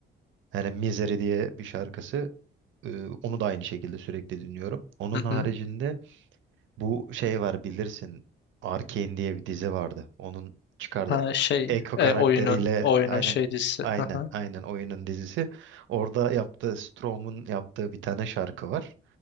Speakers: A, on the right; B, on the left.
A: Yani Misery diye bir şarkısı. Ee, Onu da aynı şekilde sürekli dinliyorum. Onun
B: Hı
A: haricinde
B: hı.
A: bu şey var bilirsin. Arcane diye bir dizi vardı. Onun çıkardı.
B: Ha şey
A: Echo
B: e,
A: karakteriyle
B: oyunun oyunun
A: aynen
B: şey dizisi.
A: aynen
B: Hı hı.
A: aynen oyunun dizisi. Orada yaptığı Strom'un yaptığı bir tane şarkı var.